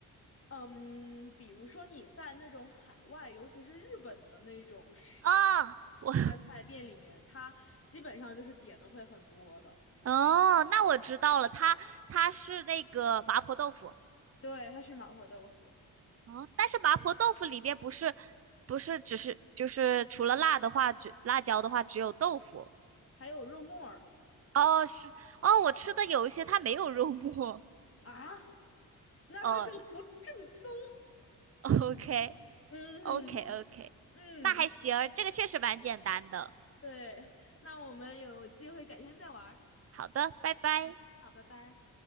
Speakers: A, on the left; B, on the right.
A: 嗯，比如说你在那种海外，尤其是日本的那种是
B: 哦 <laughs>，
A: 川菜店里面，
B: 我
A: 它基本上就是点的会很多的。
B: 哦，那我知道了，它它是那个麻婆豆腐
A: 对，它是麻婆豆腐，
B: 哦，但是麻婆豆腐里边不是不是只是就是除了辣的话，只辣椒的话只有豆腐
A: 还有肉末儿
B: 哦，是哦，我吃的有一些它没有肉末
A: 啊，
B: <laughs>
A: 那它就不正宗。
B: 哦，OK
A: 嗯
B: OK OK，
A: 嗯，
B: 那还行，这个确实蛮简单的。
A: 对，那我们有机会改天再玩儿
B: 好的，拜拜。
A: 嗯，好，拜拜。